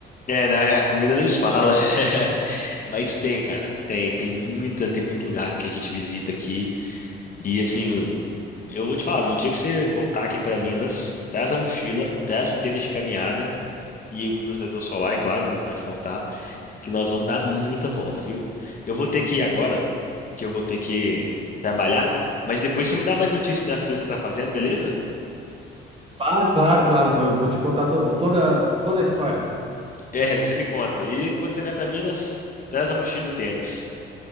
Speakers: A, on the left; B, on the right.
A: É, na é, comida nem se fala. <laughs> Mas tem, cara. Tem, tem muita, tem muito lugar que a gente visita aqui. E assim, eu vou te falar, no dia que você voltar aqui para Minas, traz a mochila, traz o tênis de caminhada e o protetor solar, é claro, né, não pode faltar. que nós vamos dar muita volta, viu? Eu vou ter que ir agora, que eu vou ter que trabalhar, mas depois você me dá mais notícias das trilhas que você tá fazendo, beleza?
B: Claro, claro, claro. Vou, vou te contar to- toda, toda a história.
A: É, você me conta. E quando você vier para Minas, traz a mochila e o tênis.